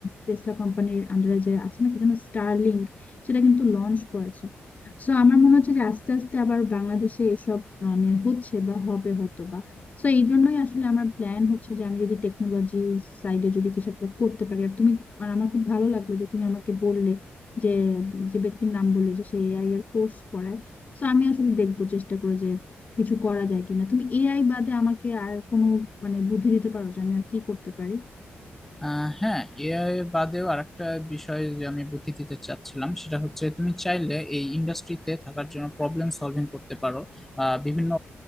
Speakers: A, on the left; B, in the centre.
A: টেসলা কোম্পানির আন্ডারে যে আছে না কি যেন স্টারলিংক সেটা কিন্তু লঞ্চ করেছে সো আমার মনে হচ্ছে যে আস্তে আস্তে আবার বাংলাদেশে এসব মানে হচ্ছে বা হবে হয়তো তো এই জন্যই আসলে আমার প্ল্যান হচ্ছে যে আমি যদি টেকনোলজি সাইডে যদি কিছু একটা করতে পারি আর তুমি আর আমার খুব ভালো লাগলো যে তুমি আমাকে বললে যে যে ব্যক্তির নাম বললে যে সে এআই এর কোর্স করায় তো আমি আসলে দেখবো চেষ্টা করে যে কিছু করা যায় কিনা তুমি এআই বাদে আমাকে আর কোনো মানে বুদ্ধি দিতে পারো যে আমি আর কি করতে পারি
B: আহ হ্যাঁ এআই বাদেও আরেকটা বিষয় যে আমি বুদ্ধি দিতে চাচ্ছিলাম সেটা হচ্ছে তুমি চাইলে এই ইন্ডাস্ট্রিতে থাকার জন্য প্রবলেম সলভিং করতে পারো আহ, বিভিন্ন